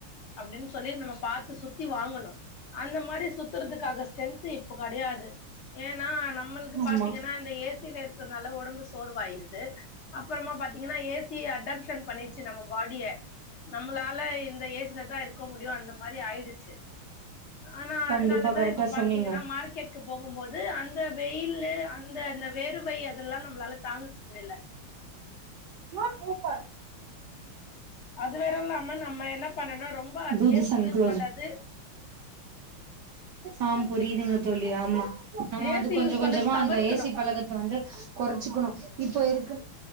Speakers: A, on the left; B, on the right.
A: அப்டின்னு சொல்லி நம்ம பாத்து சுத்தி வாங்கணு அந்த மாரி சுத்துறதுக்காக ஸ்ட்ரென்த்து இப்ப கெடையாது ஏன்னா நம்மளுக்கு
B: ஆமா
A: பாத்தீங்கன்னா இந்த ஏசில இருக்குறதுனால ஒடம்பு சோர்வாயிருது அப்பறமா பாத்தீங்கன்னா ஏசியே அடாப்ஷன் பண்ணிச்சு நம்ம பாடிய நம்மளால இந்த ஏசிலதா இருக்க முடியு அந்த மாரி ஆயிடுச்சு ஆனா
B: கண்டிப்பா
A: அதுனாலதா
B: கரெக்டா
A: இப்ப பாத்தீங்கன்னா
B: சொன்னீங்க
A: மார்க்கெட்கு போகும் போது அந்த வெயிலு அந் இந்த இந்த வேறுவை அதெல்லா நம்மளால தாங்கிக்க முடியல
B: நோ பூ பால்
A: அது வேற இல்லாம நம்ம என்ன பண்ணனு ரொம்ப
B: தூதிஸ்
A: ஏசிய
B: அண்ட்
A: யூஸ்
B: க்ளோஸ்
A: பண்றது
B: இட். ஆ புரியிதுங்க தோழி ஆமா நம்ம
A: ஏசி
B: வந்து கொஞ்ச
A: யூஸ் பண்றது
B: கொஞ்சமா
A: தவிர்க்கணு
B: அந்த ஏசி பழக்கத்த வந்து குறைச்சுக்கணு இப்ப இருக்கு